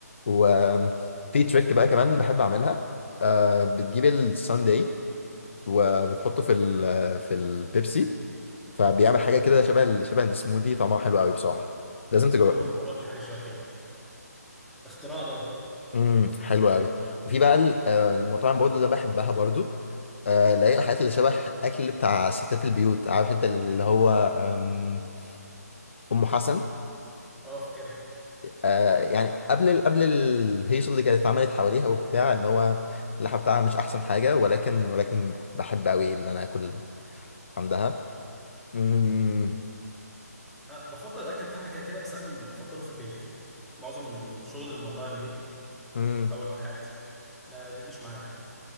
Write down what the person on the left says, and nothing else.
وفي تريك بقى كمان بحب اعملها آه، بتجيب الساندي وبتحطه في ال في البيبسي فبيعمل حاجه كده شبه ال- شبه السموذي طعمها حلو قوي بصراحه لازم تجربه
امم حلو قوي وفي بقى ال- آه، المطاعم برضو اللي بحبها برضو آه، اللي هي الحاجات اللي شبه اكل بتاع ستات البيوت عارف انت اللي هو آم، ام حسن
آه، يعني قبل ال- قبل الهيصه اللي كانت اتعملت حواليها وبتاع ان هو اللحمه بتاعها مش احسن حاجه ولكن ولكن كنت بحب قوي ان انا اكل عندها امم
امم